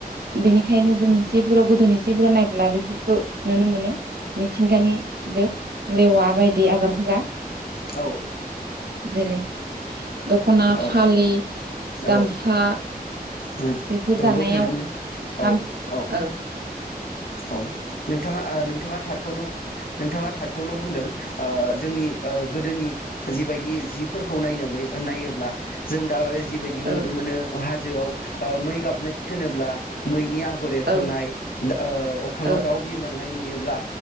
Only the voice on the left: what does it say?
औ
औ औ
औ उम
नंगौ
नुनो मोनो
औ औ
औ नोंथाङा ओ नोंथाङा थारखौनो नोंथाङा थारखौनो बुंदों ओ जोंनि ओ गोदोनि जिबायदि जिफोरखौ नायनो माबायो नायोब्ला जों दा जिबायदिबो नुनो
मोनो। <unintelligible> हाजोआव ओ मै गाबनाय खोनाब्ला मैनि आ गर एरखांनाय
ओ अख्राङाव
दाउ बिरलां नुयोब्ला